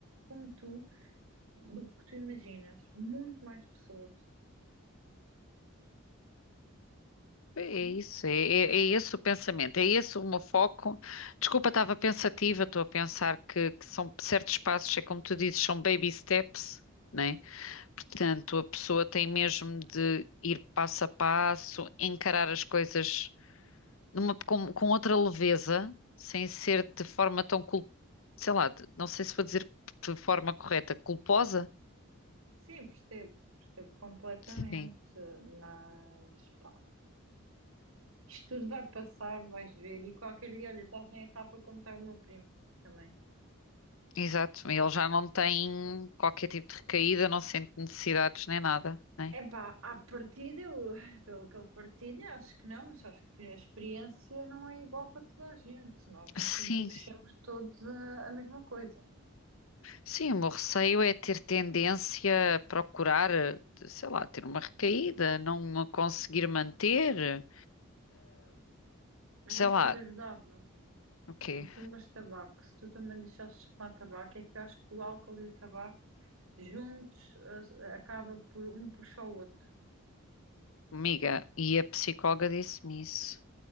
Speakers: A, on the right; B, on the left.
A: como tu do que tu imaginas. Muito mais pessoas.
B: É
A: Sim?
B: isso, é, é- é esse o pensamento, é esse o meu foco. Desculpa, estava pensativa, estou a pensar que, que são certos passos, é como tu dizes, são baby steps, né? Portanto, a pessoa tem mesmo de ir passo a passo, encarar as coisas numa- com, com outra leveza, sem ser de forma tão, cul- sei lá, de- não sei se vou dizer de forma correta, culposa?
A: Sim, percebo. Percebo completamente.
B: Sim,
A: Mas, pá, isto tudo vai passar, vais ver. E qualquer dia, olha, estás na etapa como está o meu primo também.
B: exato. Ele já não tem qualquer tipo de recaída, não sente necessidades nem nada, né?
A: Epá, à partida, eu, <laughs> pelo que ele partilha, acho que não, mas acho que a experiência não é igual para toda a gente. Nós não
B: Sim,
A: sentimos sempre todos a, a mesma coisa.
B: sim, o meu receio é ter tendência a procurar, eh, sei lá, ter uma recaída, não a conseguir manter,
A: Mas
B: sei
A: sabes
B: lá,
A: o que é que ajudava?
B: o quê?
A: Tu fumas tabaco, se tu também deixasses de fumar tabaco, é que eu acho que o álcool e o tabaco juntos a- acaba por um puxar o outro.
B: Amiga, e a psicóloga disse-me isso.